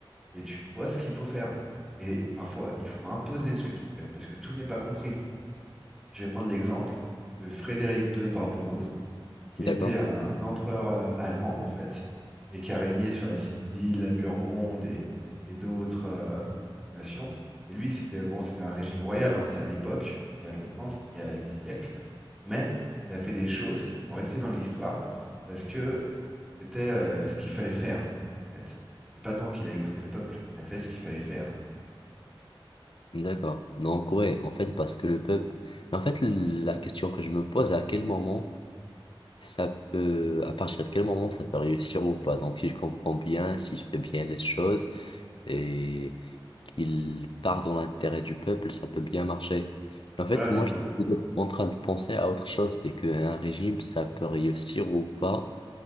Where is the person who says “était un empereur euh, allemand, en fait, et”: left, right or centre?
Centre